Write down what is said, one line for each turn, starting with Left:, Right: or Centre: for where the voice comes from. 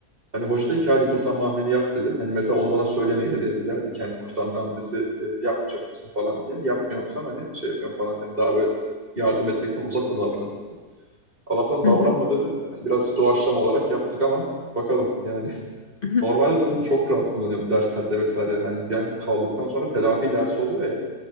Right: hani hoca da iki hadi kurtarma hamleni yap dedi. Hani mesela onu bana söylemeyebilirdi derdi kendi kurtarma hamlesi e, yapmayacak mısın falan diye. Yapmıyorsan hani şey yapıyorum falan diye. Yani daha böyle yardım etmekten uzak da davranabilir. Allah'tan davranmadı
Left: Hı hı.
Right: ve hani biraz doğaçlama olarak yaptık ama bakalım yani <laughs>
Left: Hı hı.
Right: normalde zaten çok rahat kullanıyorum derslerde vesaire. Hani ben kaldıktan sonra telafi dersi oluyor ya.